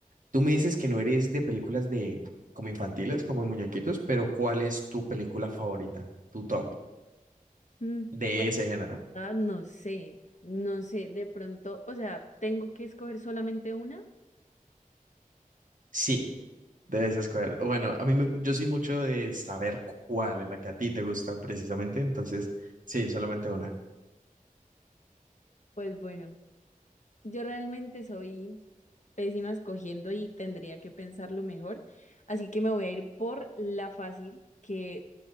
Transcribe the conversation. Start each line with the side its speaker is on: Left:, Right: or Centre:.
Right: Tú me dices que no eres de películas de como infantiles, como de muñequitos, pero ¿cuál es tu película favorita, tu top
Left: Mm,
Right: de
Left: pues
Right: ese género?
Left: ah, no sé, no sé, de pronto, o sea, ¿tengo que escoger solamente una?
Right: Sí, de esas escoger. Bueno, a mí me- yo soy mucho de saber cuál es la que a ti te gusta precisamente, entonces sí, solamente una.
Left: Pues bueno, yo realmente soy pésima escogiendo y tendría que pensarlo mejor, así que me voy a ir por la fácil, que